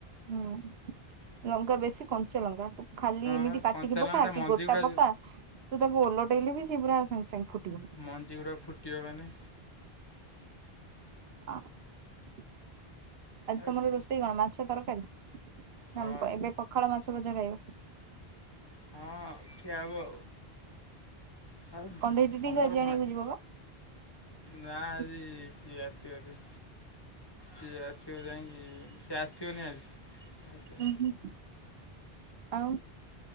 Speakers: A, on the right; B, on the left.
A: ହୁଁ ଲଙ୍କା ବେଶୀ କଞ୍ଚା ଲଙ୍କା। ଖାଲି ଏମିତି
B: ବା
A: କାଟିକି
B: କଞ୍ଚା
A: ପକା
B: ଲଙ୍କା ତା
A: କି
B: ମଞ୍ଜି
A: ଗୋଟା
B: ଗୁଡ଼ା
A: ପକା ତୁ ତାକୁ ଓଲଟେଇଲେ ବି ସେ ପୁରା ସାଙ୍ଗେ ସାଙ୍ଗେ ଫୁଟିବ।
B: ମଞ୍ଜି ଗୁଡ଼ା ଫୁଟିବ ମାନେ।
A: ହଁ <unintelligible> ଆଜି
B: ଆଉ
A: ତମର ରୋଷେଇ କଣ ମାଛ ତରକାରୀ
B: ହଁ
A: ନା ଏବେ ପଖାଳ ମାଛ ଭଜା ଖାଇବ।
B: ହଁ ଖିଆହେବ ଆଉ
A: କଣ୍ଢେଇ ଦିଦିକି
B: ତମର
A: ଆଣିବାକୁ
B: କଣ ଆଜି।
A: ଯିବ ବା
B: ନା ଆଜି
A: ଉଁ
B: ସିଏ ଆସିବନି। ସିଏ ଆସିବ ଯାଇଁକି ସିଏ ଆସିବନି ଆଜି।
A: ଉଁ ହୁଁ ଆଉ